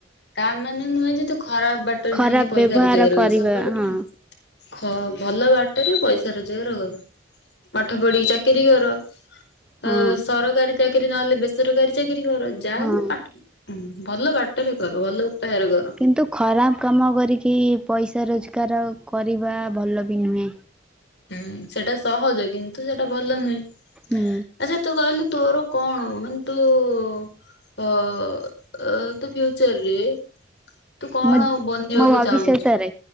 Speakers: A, on the left; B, in the centre.
A: ତା ମାନେ ନୁହେଁ ଯେ ତୁ ଖରାପ ବାଟରେ
B: ଖରାପ
A: ଯାଇଁକି ପଇସା
B: ବ୍ୟବହାର
A: ରୋଜଗାର କରିବୁ
B: କରିବା
A: ସବୁବେଳେ
B: ହଁ
A: କଣ ଖ ଭଲ ବାଟରେ ପଇସା ରୋଜଗାର କର ପାଠ ପଢିକି ଚାକିରୀ କର ଅ
B: ହଁ
A: ସରକାରୀ ଚାକ ନହେଲେ ବେରକାରୀ ଚା କିରି ଘର ଯାମ
B: ହଁ।
A: ପାଟ ହୁଁ ଭଲ ବାଟରେ ଘ ଭଲ କର
B: କିନ୍ତୁ ଖରାପ କାମ କରିକି ପଇସା ରୋଜ କାର କରିବା ଭଲ ବି ନୁହେଁ।
A: ହୁଁ ସେଟା ସହଜ କିନ୍ତୁ ସେଟା ଭଲ ନୁହେଁ।
B: ହୁଁ
A: ଆଚ୍ଛା ତୁ କଇଲୁ ତୋର କଣ ମାନେ ତୁ- ଅ-ଅ ତୋ ଫିଉଚରରେ ତୁ କଣ
B: ମୁଁ
A: ବନିବାକୁ
B: ମୋ ଭବିଷ୍ୟତରେ
A: ଚାହୁଁଛୁ